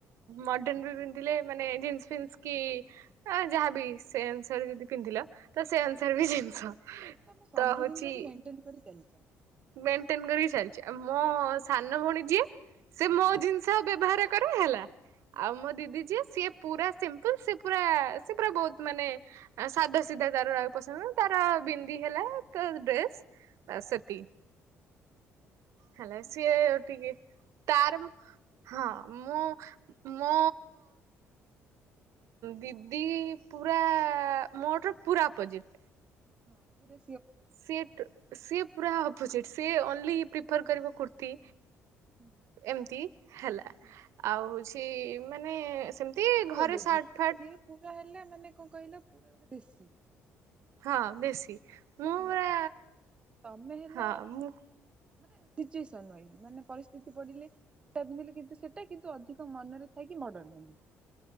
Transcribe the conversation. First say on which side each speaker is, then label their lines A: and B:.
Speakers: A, on the right (about 65°); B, on the right (about 20°).
A: ମଡ଼ର୍ଣ୍ଣ ବି ପିନ୍ଧେ ମାନେ ଜିନସ୍ ଫିନ୍ସ କି ଏ ଯାହାବି ସେ ଅନୁସାରେ ଯଦି ପିନ୍ଧିଲା ତ ସେ ଅନୁସାରେ ବି ଜିନିଷ।
B: ତମେ ସବୁ
A: ତ ହଉଛି
B: ଜିନିଷକୁ ମେଣ୍ଟେନ କରି ଚାଲିଛ।
A: ମେଣ୍ଟେନ କରି ଚାଲିଛି ଆ ମୋ ସାନ ଭଉଣୀ ଯିଏ ସେ ମୋ
B: ହୁଁ
A: ଜିନିଷ ବ୍ୟବହାର କରେ ହେଲା। ଆଉ
B: ହୁଁ
A: ମୋ ଦିଦି ଯିଏ ସିଏ ପୁରା। ସିମ୍ପଲ ସେ ପୁରା ସେ ପୁରା ବହୁତ ମାନେ ସାଧା ସିଧା ତାର ରାଗ ପସନ୍ଦ ତାର ବିନ୍ଦି ହେଲା। ଡ୍ରେସ୍
B: ହଁ
A: ଆ ସତି
B: ଓହୋ ତମେ
A: ହେଲା
B: ହଉଛ
A: ସିଏ
B: ମଝିଆ।
A: ଟିକେ ତାର ହଁ
B: ହୁଁ
A: ମୁଁ। ମୋ ଦିଦି ପୁରା ମୋର ପୁରା ଅପୋଜିଟ୍
B: ହଁ ପୁର।
A: ସେିଠ୍ ସେଠ ପୁରା ଅପୋଜିଟ୍ ସେଏଲି
B: ହଁ
A: ପ୍ରିଫର କରିବା। ତି
B: ହୁଁ
A: ଏମତି ହେଲା
B: ହୁଁ ହୁଁ
A: ଆଉ ହଉଛି। ମାନେ ସେମିତି
B: ମୁଁ
A: ଘରେ
B: କହିଦେଉଛି
A: ସାର୍ଟ
B: ଟିକେ
A: ଫାଟ
B: ପୁରା ହେଲା ମାନେ କଣ କହିଲା ପୁରା ଗୋଟେ ବେଶୀ
A: ହଁ ବେଶୀ ମୁଁ ପୁର
B: ନାରୀ ତମେ ହେଲ
A: ହଁ ମୁ
B: ମାନେ ସିଚୁଏସନ ମାନେ ପରିସ୍ଥିତି ପଡିଲେ ସେଟା ପିନ୍ଧିଲେ କିନ୍ତ ସେଟା କିନ୍ତ ଅଧିକ ମନରେ ଥାଇକି ମଡର୍ଣ ହି